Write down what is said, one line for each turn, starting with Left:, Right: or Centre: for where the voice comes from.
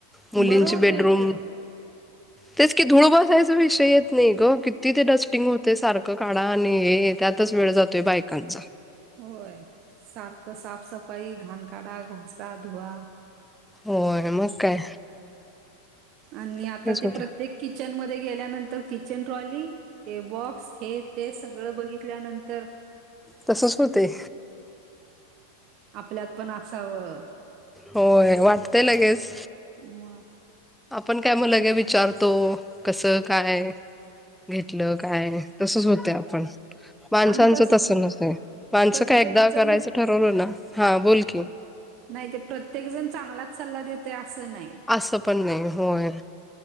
Centre: मुलींची
Right: बरं होतय
Centre: बेडरूम.
Right: ते
Centre: तेच की धूळ बसायचा विषय येत नाही ग किती ते डस्टिंग होतय सारखं काढा आणि हे. त्यातच वेळ जातोय बायकांचा.
Right: होय सारखं साफसफाई घाण काढा घासा धुवा.
Centre: होय मग काय.
Right: आणि आता
Centre: तेच
Right: ते
Centre: होते
Right: प्रत्येक किचन मध्ये गेल्यानंतर किचन ट्रॉली ते बॉक्स हे. ते सगळं बघितल्यानंतर.
Centre: तसंच होतंय.
Right: आपल्यात पण असावं.
Centre: होय वाटतय लगेच.
Right: म.
Centre: आपण काय म लगे विचारतो कसं काय. घेतलं काय तसच होतयं आपण. माणसांचं
Right: आणि कस
Centre: तस नसतंय माणसं
Right: प्रत्येक
Centre: काय एकदा
Right: जण
Centre: करायचं ठरवलं ना हा बोल की.
Right: नाही ते प्रत्येक जण चांगलाच सल्ला देतंय असं नाही.
Centre: असं पण नाही होय.